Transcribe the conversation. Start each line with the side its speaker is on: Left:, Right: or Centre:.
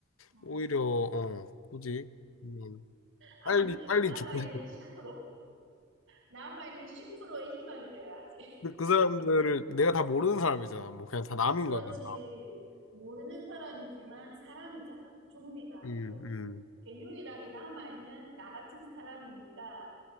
Right: 어.
Left: 오히려, 어, 굳이, 음,
Right: 아니지.
Left: 빨리, 빨리
Right: 남아있는
Left: 죽고 싶어.
Right: 10%. 남아있는 10%의 희망이 되어야지. <laughs>
Left: 근데 그 사람들을 내가 다 모르는 사람이잖아. 뭐, 그냥 다 남인
Right: 그렇지.
Left: 거잖아.
Right: 모르는 사람이지만 사람이잖아. 좀비가
Left: 음,
Right: 아니고. 이렇게 유일하게 남아있는 나 같은 사람이니까,